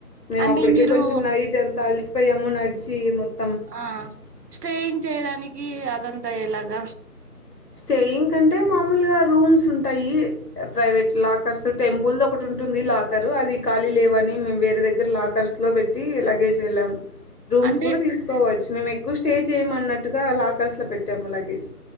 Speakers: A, on the left; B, on the right.
A: మేము
B: అంటే
A: అప్పటికే
B: మీరు
A: కొంచెం నైట్ ఎంత అలిసిపోయాము నడిచి మొత్తం
B: ఆ స్టేయింగ్ చేయడానికి అదంతా ఎలాగా
A: స్టేయింగ్ కంటే మామూలుగా రూమ్స్ ఉంటాయి ప్రైవేట్ లాకర్స్ టెంపుల్ దోక ఒకటి ఉంటుంది లాకర్ అది ఖాళీ లేవని మేము వేరే దగ్గర లాకర్స్ లో పెట్టి లగేజ్ వెళ్ళాం రూమ్స్
B: అంటే
A: కూడా తీసుకోవచ్చు మేము ఎక్కువ స్టే చేయమ అన్నట్టుగా లాకర్స్ లో పెట్టాము లగేజ్